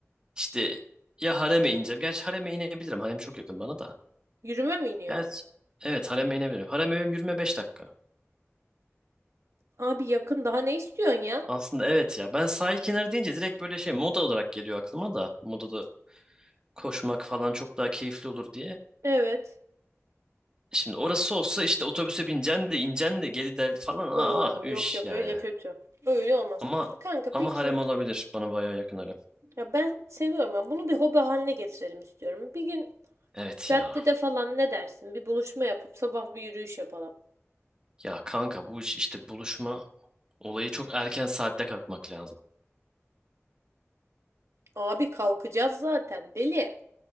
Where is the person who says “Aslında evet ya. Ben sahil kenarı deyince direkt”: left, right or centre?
Right